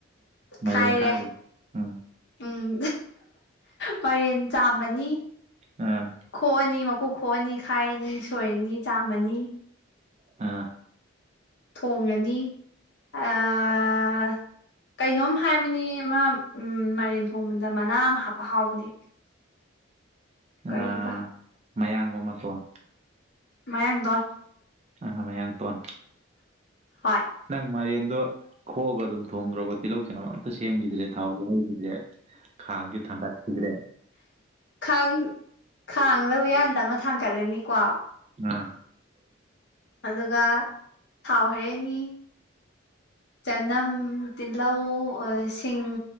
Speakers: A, on the right; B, on the left.
A: ꯃꯥꯏꯔꯦꯟ
B: ꯈꯥꯏꯔꯦ
A: ꯈꯥꯏꯒ꯭ꯔꯦ ꯎꯝ
B: ꯎꯝ ꯄꯔꯦꯟ ꯆꯥꯃꯅꯤ
A: ꯑ
B: ꯈꯣꯛꯑꯅꯤ ꯃꯀꯨ ꯈꯣꯛꯑꯅꯤ ꯈꯥꯏꯔꯅꯤ ꯁꯣꯏꯔꯅꯤ ꯆꯥꯝꯃꯅꯤ
A: ꯑ
B: ꯊꯣꯡꯉꯅꯤ
A: <unintelligible>
B: ꯑꯥ ꯀꯩꯅꯣꯝ ꯍꯥꯏꯕꯅꯤ ꯃꯥ ꯎ ꯃꯥꯏꯔꯦꯟ ꯊꯣꯡꯕꯗ ꯃꯅꯥ ꯑꯃ ꯍꯥꯞꯄ ꯍꯥꯎꯕꯅꯦ ꯀꯔꯤꯕ
A: ꯑ ꯃꯌꯥꯡꯕ ꯃꯇꯣꯟ
B: ꯃꯌꯥꯡꯇꯣꯟ
A: ꯑ ꯃꯌꯥꯡ ꯇꯣꯟ
B: ꯍꯣꯏ
A: ꯅꯪ ꯃꯥꯏꯔꯦꯟꯗꯣ ꯈꯣꯛꯑꯒ ꯑꯗꯨꯝ ꯊꯣꯡꯈ꯭ꯔꯕ ꯇꯤꯜꯍꯧ ꯆꯟꯅꯝ ꯑꯝꯇ ꯁꯦꯝꯈꯤꯗ꯭ꯔꯦ ꯊꯥꯎꯗꯣ ꯉꯧꯈꯤꯗ꯭ꯔꯦ ꯈꯥꯡꯒꯤ ꯊꯪ ꯀꯤꯗ꯭ꯔꯦ
B: ꯈꯥꯡ ꯈꯥꯡꯂ ꯎꯌꯥꯟꯗ ꯑꯃ ꯊꯥꯡꯒꯠꯂꯅꯤꯀꯣ
A: ꯑ
B: ꯑꯗꯨꯒ ꯊꯥꯎ ꯍꯩꯔꯥꯅꯤ ꯆꯅꯝ ꯇꯤꯜꯍꯧ ꯑ ꯁꯤꯡ